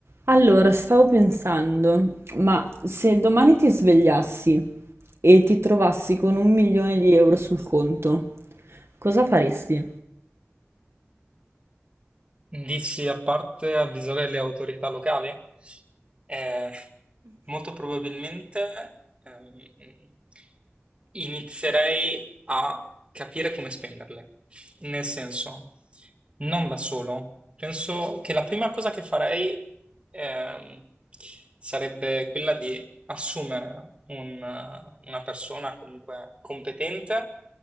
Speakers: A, on the right (about 70°); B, on the right (about 25°).
A: Allora, stavo pensando, ma se domani ti svegliassi e ti trovassi con un milione di euro sul conto, cosa faresti?
B: Dici a parte avvisare le autorità locali? Eh, molto probabilmente ehm, inizierei a capire come spenderle. Nel senso, non da solo. Penso che la prima cosa che farei ehm, sarebbe quella di assumere un- una persona comunque competente